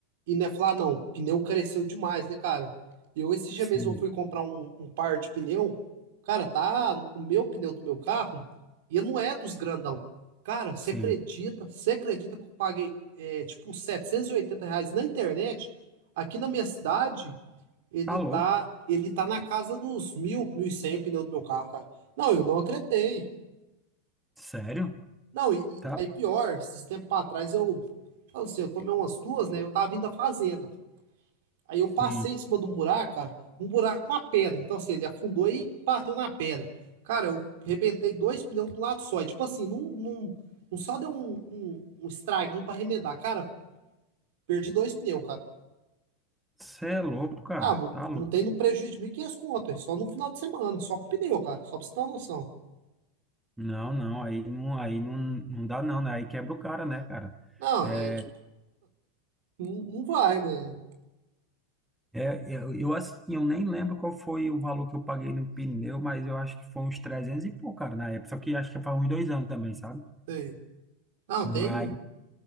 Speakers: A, on the right; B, in the centre.
A: e não é falar não, o pneu careceu demais, né, cara? Eu esse
B: Sim,
A: dia mesmo fui comprar um, um par de pneu. Cara, tá o meu pneu do meu carro e ele não é dos grandão. Cara, você
B: sim.
A: acredita? Você acredita que eu paguei, é, tipo, R$ 780 reais na internet aqui na minha cidade? Ele
B: Tá louco?
A: tá, ele tá na casa dos mil, mil e cem pneu do meu carro, cara. Não, eu não acreditei.
B: Sério?
A: Não, e, e
B: Tá?
A: aí pior, esses tempos pra trás eu, falo assim, eu tomei umas duas, né? Eu tava vindo da fazenda. Aí eu passei
B: Sim.
A: em cima de um buraco, cara, um buraco com a pedra. Então, assim, ele afundou e bateu na pedra. Cara, eu arrebentei dois pneus do lado só. E, tipo assim, não, não, não só deu um, um, um estraguinho pra remendar. Cara, perdi dois pneus, cara.
B: Você é louco, cara.
A: Ah, mu-
B: Tá louco.
A: montei no prejuízo de 1.500 conto, aí, só no final de semana, só com pneu, cara. Só pra você ter uma noção.
B: Não, não, aí não, aí não, não dá não, né? Aí quebra o cara, né, cara?
A: Não,
B: É,
A: é tipo, não, não vai, né?
B: é, eu, eu, assim, eu nem lembro qual foi o valor que eu paguei no pneu, mas eu acho que foi uns 300 e pouco, cara, na época. Só que acho que faz uns dois anos também, sabe?
A: Sei. Não,
B: Mas,
A: tem,